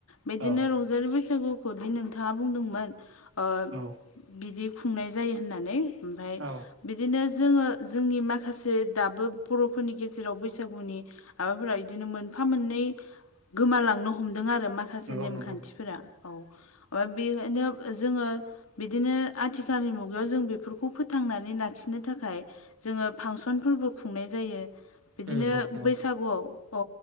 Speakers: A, on the left; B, on the right.
A: बिदिनो
B: औ
A: रंजालि बैसागु खौदि नोंथाङा बुंदोंमोन ओ
B: औ
A: बिदि खुंनाय जायो होननानै। ओमफाय
B: औ
A: बिदिनो जोंङो जोंनि माखासे दाबो बर'फोरनि गेजेराव बैसागुनि माबाफोरा बिदिनो मोनफा मोननै गोमालांनो हमदों आरो माखासे
B: नंगौ
A: नेमखान्थिफोरा
B: नंगौ
A: औ। ओफ्राय बेखायनो जोंङो बिदिनो आथिखालनि मुगायाव जों बेफोरखौ फोथांनानै ला लाखिनो थाखाय जोंङो फांसनफोरबो खुंनाय जायो। बिदिनो
B: नंगौ नंगौ
A: बैसागुआव औ